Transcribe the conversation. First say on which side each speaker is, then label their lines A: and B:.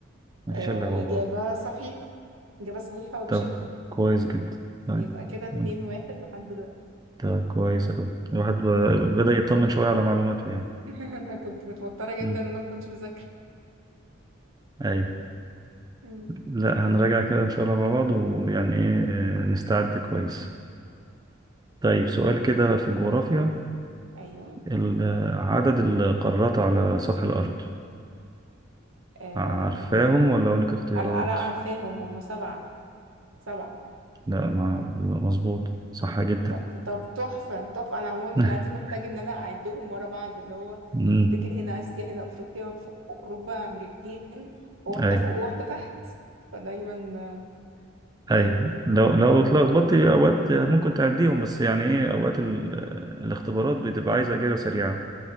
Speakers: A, on the right; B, on the right.
A: مفيش
B: آه،
A: إلا هو
B: إجابة صحيحة إجابة صحيحة وبشدة
A: طب كويس جدا طيب
B: يبقى كده اتنين
A: مم.
B: واحد لحد دلوقتي
A: طب كويس أوي الواحد ب- بدأ يطمن شوية على معلوماته يعني
B: <laughs> انا كنت متوترة جدا
A: مم.
B: ان انا ما كنتش بذاكر
A: أي
B: مم.
A: لا هنراجع كده إن شاء الله مع بعض ويعني إيه آه، نستعد كويس طيب سؤال كده في الجغرافيا
B: ايوه
A: ال- آه، عدد القارات على سطح الأرض
B: آه...
A: عارفاهم ولا أقول لك اختيارات؟
B: لا لا، عارفاهم هم سبعة سبعة
A: لا مع مظبوط صح جدا
B: طب طب تحفة تحفة أنا عموما
A: <laughs>
B: في العادي بحتاج إن أنا أعدهم ورا بعض اللي هو
A: مم.
B: أفتكر هنا آسيا هنا أفريقيا فوق أوروبا أمريكتين وواحدة
A: أي
B: فوق وواحدة تحت فدايما
A: اي
B: آه، أيوة
A: لو لو اتلخبطتي اوقات ممكن تعديهم بس يعني ايه اوقات ال- الاختبارات بتبقى عايزه اجابه سريعه